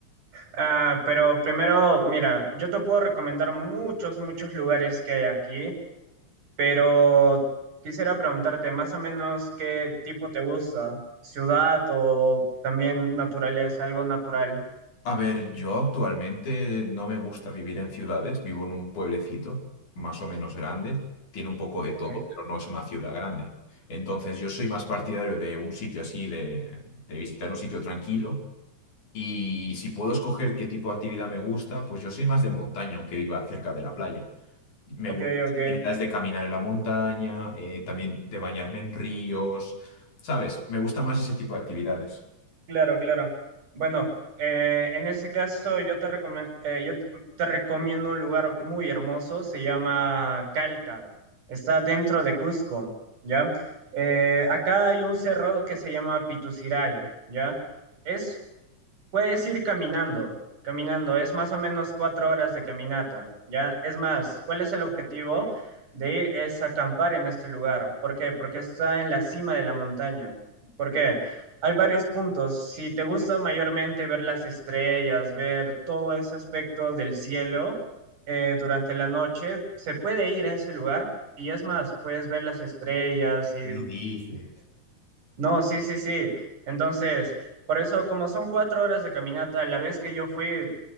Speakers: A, on the right (about 80°); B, on the left (about 75°).
A: Ah, pero primero, mira, yo te puedo recomendar muchos, muchos lugares que hay aquí, pero quisiera preguntarte más o menos qué tipo te gusta, ciudad o también naturaleza, algo natural.
B: A ver, yo actualmente no me gusta vivir en ciudades, vivo en un pueblecito más o menos grande, tiene un poco de todo,
A: Ok,
B: pero no es una ciudad grande. Entonces yo soy más partidario de un sitio así, de, de visitar un sitio tranquilo y si puedo escoger qué tipo de actividad me gusta, pues yo soy más de montaña, aunque viva cerca de la playa. Me
A: ok,
B: gustan las
A: ok.
B: actividades de caminar en la montaña, eh, también de bañarme en ríos, ¿sabes? Me gusta más ese tipo de actividades.
A: Claro, claro. Bueno, eh, en ese caso yo te recomen- eh, yo t- te recomiendo un lugar muy hermoso, se llama Calca, está dentro de Cusco, ¿ya? Eh, acá hay un cerro que se llama Pituciray, ¿ya? Es Puedes ir caminando, caminando, es más o menos cuatro horas de caminata, ¿ya? Es más, ¿cuál es el objetivo de ir? Es acampar en este lugar. ¿Por qué? Porque está en la cima de la montaña. ¿Por qué? Hay varios puntos. Si te gusta mayormente ver las estrellas, ver todo ese aspecto del cielo eh, durante la noche, se puede ir a ese lugar y es más, puedes ver las estrellas y...
B: ¿Qué dices?
A: No, sí, sí, sí. Entonces, por eso, como son cuatro horas de caminata, la vez que yo fui,